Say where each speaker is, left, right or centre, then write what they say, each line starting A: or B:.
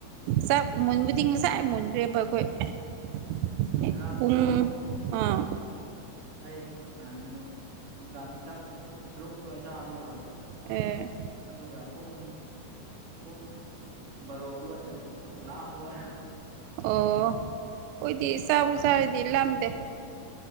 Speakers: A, on the right (about 85°); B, on the right (about 55°).
A: ꯆꯥꯛ ꯃꯨꯟꯕꯗꯤ ꯉꯁꯥꯏꯅ ꯃꯨꯟꯈ꯭ꯔꯦꯕꯥ ꯑꯩꯈꯣꯏ
B: ꯉꯔꯥꯡꯗꯣꯀꯣ
A: ꯄꯨꯡ ꯑꯥ
B: ꯑꯩ ꯁꯥꯅꯨ ꯅꯨꯡꯗꯥꯡꯒꯤ ꯆꯥꯛꯇꯣ ꯄꯨꯡ ꯇꯔꯨꯛ ꯑꯗꯨꯋꯥꯏ ꯆꯥꯕꯅꯦꯕꯥ
A: ꯑꯦ
B: ꯑꯗꯨꯒꯥ ꯄꯨꯡ ꯄꯨꯡ ꯕꯥꯔꯣ ꯑꯗꯨꯋꯥꯗꯥ ꯑꯃꯨꯛ ꯂꯥꯝꯕꯥ ꯋꯥꯏ
A: ꯑꯣ ꯑꯩꯈꯣꯏꯗꯤ ꯆꯥꯕꯨ
B: ꯂꯥꯝꯅ
A: ꯆꯥꯔꯗꯤ
B: ꯑꯁ
A: ꯂꯝꯗꯦ